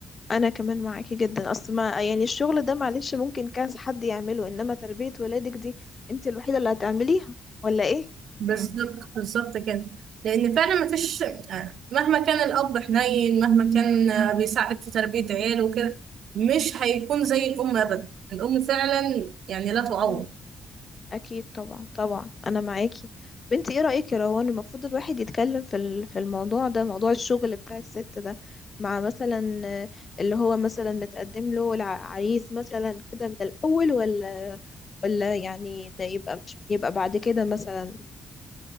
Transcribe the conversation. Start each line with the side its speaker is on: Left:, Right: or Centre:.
Left: أنا كمان معاكي جدا أصل ما يعني الشغل ده معلش ممكن كذا حد يعمله إنما تربية ولادك دي أنت الوحيدة اللي هتعمليها ولا إيه؟
Right: بالظبط بالظبط كده لأن فعلا مفيش آه، مهما كان الأب حنين مهما كان آه، بيساعد في تربية عياله وكده مش هيكون زي الأم أبدا الأم فعلا يعني لا تعوض
Left: مم. اكيد طبعا طبعا انا معاكي بنتي ايه رايك يا روان المفروض الواحد يتكلم في ال- في الموضوع ده موضوع الشغل بتاع الست ده مع مثلا آه، اللي هو مثلا متقدم له العريس مثلا كده من الاول ولا ولا يعني ده يبقى مش يبقى بعد كده مثلا